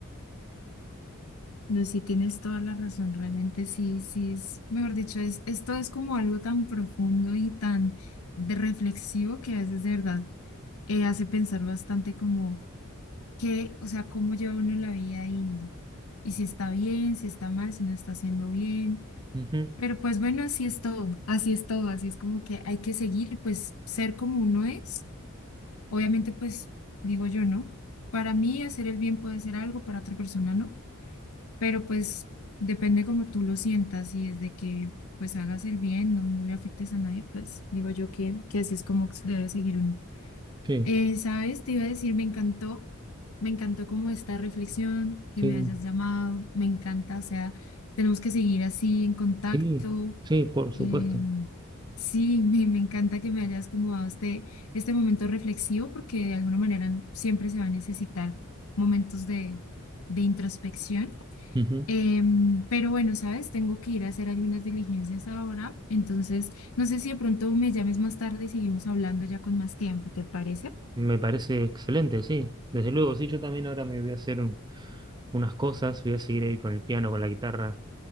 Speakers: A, on the left; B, on the right.
A: No, sí tienes toda la razón, realmente sí, sí es, mejor dicho, es, esto es como algo tan profundo y tan de reflexivo que a veces de verdad eh, hace pensar bastante como qué, o sea, cómo lleva uno la vida y, y si está bien, si está mal, si no está haciendo bien.
B: Ujú.
A: Pero pues bueno, así es todo, así es todo, así es como que hay que seguir, pues ser como uno es, obviamente pues digo yo, ¿no? Para mí hacer el bien puede ser algo, para otra persona no pero pues depende como tú lo sientas y desde que pues hagas el bien, no, no le afectes a nadie, pues digo yo que, que así es como debe seguir uno.
B: Sí,
A: Eh, ¿sabes? Te iba a decir, me encantó, me encantó como esta reflexión, que
B: sí,
A: me hayas llamado, me encanta, o sea, tenemos que seguir así en contacto.
B: sí, sí, por supuesto.
A: eh, sí, me, me encanta que me hayas como dado este, este momento reflexivo porque de alguna manera siempre se va a necesitar momentos de de introspección
B: Ujú.
A: Em, pero bueno, sabes, tengo que ir a hacer algunas diligencias ahora, entonces no sé si de pronto me llames más tarde y seguimos hablando ya con más tiempo, ¿te parece?
B: Me parece excelente, sí. Desde luego, sí, yo también ahora me voy a hacer un- unas cosas, voy a seguir ahí con el piano, con la guitarra.